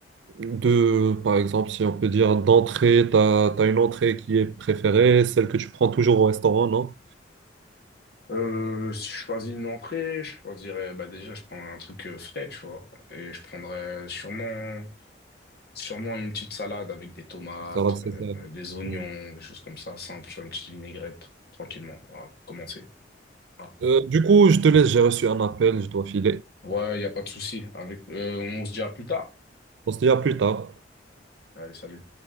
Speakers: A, on the right (about 70°); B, on the left (about 55°).
A: de, par exemple, si on peut dire d'entrée, tu as, une entrée qui est préférée, celle que tu prends toujours au restaurant, non?
B: Euh, si je choisis une entrée, je choisirais, bah déjà, je prendrais un truc euh, frais, tu vois, et je prendrais sûrement, sûrement une petite salade avec des tomates,
A: Ça, là, c'est
B: euh,
A: ça.
B: des oignons,
A: Oui.
B: des choses comme ça, simple, tu une petite vinaigrette, tranquillement, voilà, pour commencer. Voilà.
A: Euh, du coup, je te laisse, j'ai reçu un appel, je dois filer.
B: Ouais, il n'y a pas de souci. Avec, euh, on se dit à plus tard.
A: On se dit à plus tard.
B: Allez, salut.